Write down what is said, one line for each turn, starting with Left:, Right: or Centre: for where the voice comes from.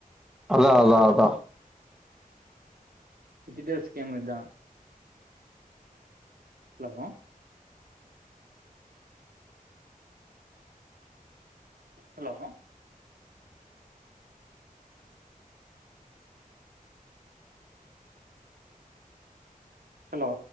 Centre: அதா அதா அதா.
Right: டிஜிட்டல் ஸ்கேமு இத்தா. ஹலோ? ஹலோ? ஹலோ?